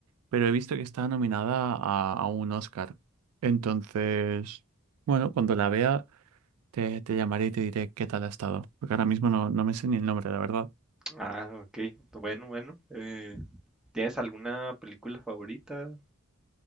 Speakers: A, on the right (about 80°); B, in the centre.
A: pero he visto que está nominada a, a un Oscar. Entonces, bueno, cuando la vea te, te llamaré y te diré qué tal ha estado, porque ahora mismo no, no me sé ni el nombre, la verdad.
B: Ah, ok. Bueno, bueno. Eh, ¿tienes alguna película favorita?